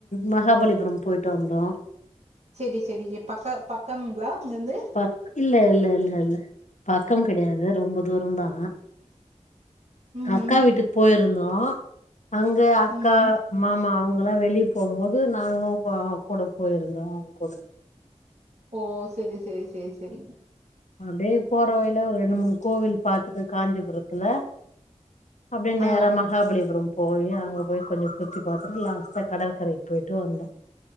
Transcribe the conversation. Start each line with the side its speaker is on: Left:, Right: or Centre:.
Left: மகாபலிபுரம் போயிட்டு வந்தோ
Right: சேரி சேரி ப் பக்க பக்கம்களா அங்கருந்து
Left: பக் இல்ல இல்ல இல்ல இல்ல பக்கம் கெடையாது ரொம்ப தூரம் தா
Right: ம்
Left: அக்கா
Right: ம்
Left: வீட்டுக்கு போயிருந்தோ அங்க அக்கா
Right: ம்
Left: மாமா அவெங்களா வெளி போம்போது நாங்களு ஆ கூட போயிருந்தோ அவங் கூட
Right: ஓ செரி செரி செரி செரி
Left: அப்டே போறவழில ஒரு ரெண்டு மூணு கோவில் பாத்துட்டு காஞ்சிபுரத்துல அப்டே நேரா
Right: ஆ
Left: ம மகாபலிபுரோ போயி அங்க போய் கொஞ்சோ சுத்தி பாத்துட்டு லாஸ்ட்டா கடல்கரைக்கு போய்ட்டு வந்தோ